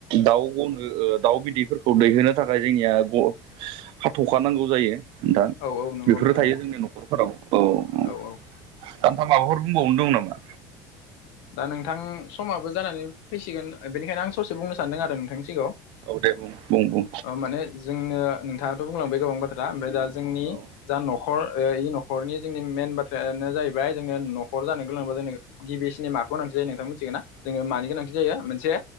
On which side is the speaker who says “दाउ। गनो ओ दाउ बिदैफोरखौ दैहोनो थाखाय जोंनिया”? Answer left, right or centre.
Right